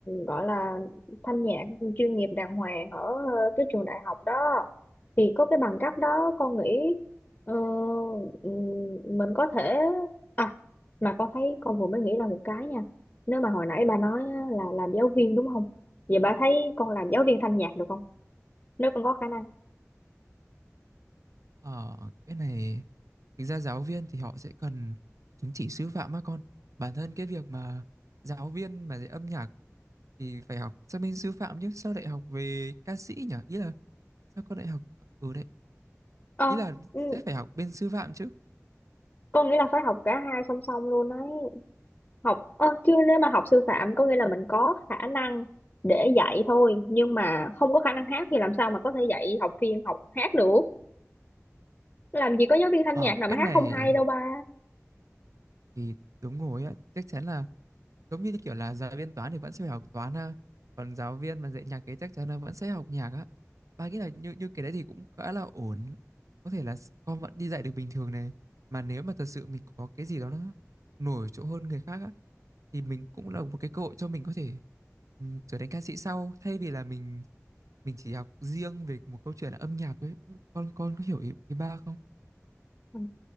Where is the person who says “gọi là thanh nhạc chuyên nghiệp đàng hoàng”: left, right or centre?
Left